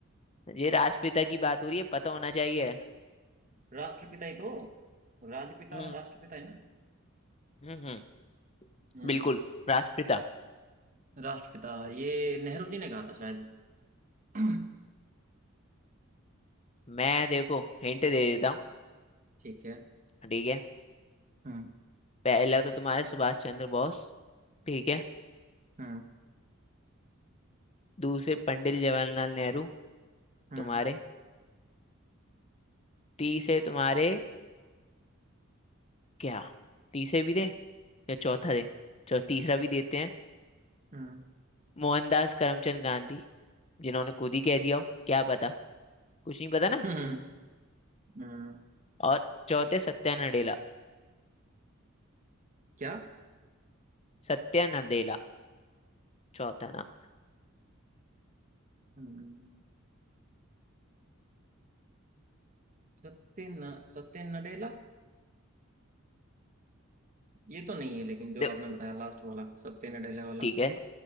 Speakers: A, on the left (about 30°); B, on the right (about 40°).
A: ये राष्ट्रपिता की बात हो रही है पता होना चाहिए
B: राष्ट्रपिता ही तो राजपिता
A: हम्म
B: राष्ट्रपिता है ना
A: हम्म हम्म
B: हम्म
A: बिल्कुल राष्ट्रपिता
B: राष्ट्रपिता ये नेहरू जी ने कहा था शायद हम्म
A: मैं देखो हिंट दे देता हूँ
B: ठीक है
A: ठीक है
B: हम्म
A: पहला तो तुम्हारे सुभाष चंद्र बोस ठीक है
B: हम्म
A: दूसरे पंडित जवाहरलाल नेहरू
B: हम्म
A: तुम्हारे तीसरे तुम्हारे क्या तीसरे भी दे या चौथा दे चलो तीसरा भी देते हैं
B: हम्म
A: मोहनदास करमचंद गांधी जिन्होंने खुद ही कह दिया हो क्या पता कुछ नहीं पता ना
B: हम्म, हम्म,
A: और चौथे सत्या नडेला
B: क्या
A: सत्या नडेला चौथा नाम
B: हम्म, सत्य न सत्य नडेला ये तो नहीं है लेकिन जो
A: देखो
B: आपने बताया लास्ट वाला सत्य नडेला वाला
A: ठीक है